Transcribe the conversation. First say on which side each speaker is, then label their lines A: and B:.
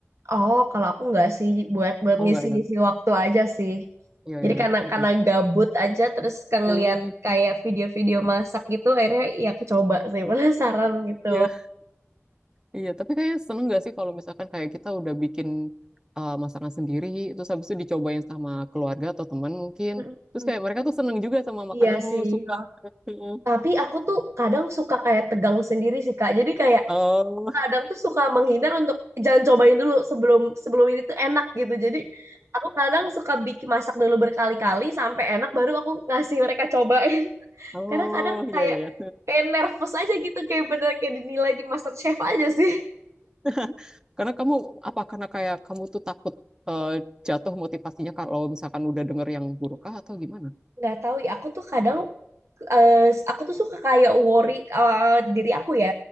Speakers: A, on the right; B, on the right.
A: oh kalau aku nggak sih buat buat
B: Oh
A: ngisi-ngisi
B: enggak ya.
A: waktu aja sih
B: Iya
A: Jadi
B: ya.
A: karena
B: Mm-mm.
A: karena gabut aja terus kan
B: Hmm,
A: ngeliat kayak video-video masak gitu akhirnya ya aku coba sih <laughs> penasaran gitu.
B: Iya Iya, tapi kayaknya seneng gak sih kalau misalkan kayak kita udah bikin uh, masakan sendiri, terus habis itu dicobain sama keluarga atau teman mungkin.
A: Mm-mm.
B: Terus kayak mereka tuh seneng juga sama makananmu,
A: Iya sih.
B: suka.
A: Oh,
B: <laughs>
A: Tapi aku tuh kadang suka kayak tegang sendiri sih Kak. Jadi kayak
B: Oh,
A: kadang tuh suka menghindar untuk jangan cobain dulu sebelum sebelum ini tuh enak gitu. Jadi aku kadang suka bikin masak dulu berkali-kali sampai enak baru aku ngasih mereka cobain. <laughs>
B: oh,
A: Karena kadang
B: iya,
A: kayak
B: iya, iya.
A: kayak nervous aja gitu kayak bener kayak dinilai di MasterChef aja sih.
B: <laughs> Karena kamu, apa, karena kayak kamu tuh takut uh, jatuh motivasinya kalau misalkan udah denger yang buruk kah atau gimana?
A: Nggak tahu ya aku tuh kadang eh, aku tuh suka kayak worry eh, diri aku ya